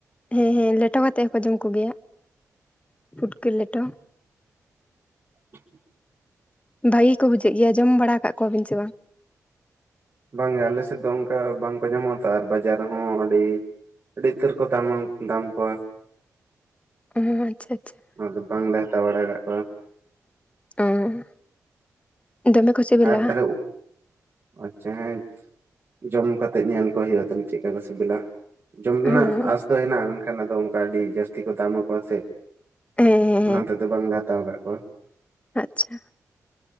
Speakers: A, on the left (about 20°); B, on the right (about 40°).
A: ᱦᱮᱸ ᱦᱮᱸ ᱞᱮᱴᱚ ᱠᱟᱛᱮᱫ ᱦᱚᱠᱚ ᱡᱚᱢ ᱠᱚᱜᱮᱭᱟ ᱾ ᱯᱷᱩᱴᱠᱟᱹ ᱞᱮᱴᱚ
B: ᱟ
A: ᱵᱷᱟᱜᱤ ᱠᱚ ᱵᱩᱡᱷᱟᱹᱜ ᱜᱮᱭᱟ ᱡᱚᱢ ᱵᱟᱲᱟ ᱠᱟᱜ ᱠᱚᱣᱟᱵᱤᱱ ᱥᱮ ᱵᱟᱝ?
B: ᱵᱟᱝᱜᱮ ᱟᱞᱮ ᱥᱮᱫ ᱫᱚ ᱚᱱᱠᱟ ᱵᱟᱝᱠᱚ ᱧᱟᱢᱚᱜᱼᱟ ᱛᱚ ᱟᱨ ᱵᱟᱡᱟᱨ ᱦᱚᱸ ᱟᱹᱰᱤ ᱟᱹᱰᱤ ᱩᱛᱟᱹᱨ ᱠᱚ ᱫᱟᱢᱟ ᱫᱟᱢ ᱠᱚᱣᱟ ᱾
A: ᱚ ᱟᱪᱪᱷᱟ, ᱪᱷᱟ ᱾
B: ᱟᱫᱚ ᱵᱟᱝᱞᱮ ᱦᱟᱛᱟ ᱵᱟᱲᱟ ᱠᱟᱜ ᱠᱚᱣᱟ ᱾
A: ᱟ ᱫᱚᱢᱮ ᱠᱚ ᱥᱤᱵᱤᱞᱟ
B: ᱟᱨ ᱛᱟᱞ ᱦᱮ ᱟᱪᱪᱷᱟ ᱦᱮᱸ ᱡᱚᱢ ᱠᱟᱛᱮᱜ ᱧᱮᱞ ᱠᱚ ᱦᱳᱭᱳᱜᱼᱟ ᱛᱟᱦᱚᱞᱮ ᱪᱮᱫ ᱠᱟ ᱠᱚ ᱥᱮᱵᱮᱞᱟ ᱾ ᱡᱚᱢ ᱨᱮᱱᱟᱜ
A: ᱦᱚᱸ
B: ᱟᱸᱥ ᱫᱚ ᱦᱮᱱᱟᱜᱼᱟ ᱢᱮᱱᱠᱷᱟᱱ ᱟᱫᱚ ᱚᱱᱠᱟ ᱟᱹᱰᱤ ᱡᱟᱹᱥᱛᱤ ᱠᱚ ᱫᱟᱢ ᱟᱠᱚᱣᱟ ᱥᱮ
A: ᱦᱮᱸ ᱦᱮᱸ
B: ᱚᱱᱟ
A: ᱦᱮᱸ
B: ᱛᱮᱫᱚ ᱵᱟᱝᱞᱮ ᱦᱟᱛᱟᱣ ᱠᱟᱫ ᱠᱚᱣᱟ ᱾
A: ᱟᱪᱪᱷᱟ ᱾